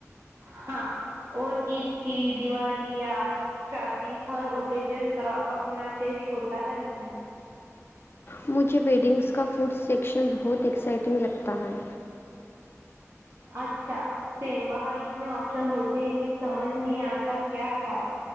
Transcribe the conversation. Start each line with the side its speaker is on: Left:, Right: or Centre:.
Right: ہاں اور عید کی دیوالی یا شادی ہر اوکیجن کا اپنا ٹیسٹ ہوتا ہے بہن
Left: مجھے ویڈنگس کا فوڈ سیکشن بہت ایکسائٹنگ لگتا ہے
Right: اچھا سیم وہاں اتنے آپشن ہوتے ہیں کہ سمجھ نہیں آتا کیا کھائے